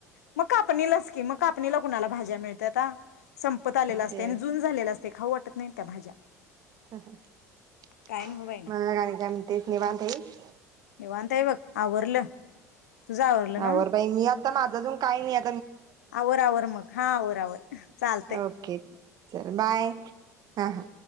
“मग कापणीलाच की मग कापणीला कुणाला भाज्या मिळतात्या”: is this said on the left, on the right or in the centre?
Left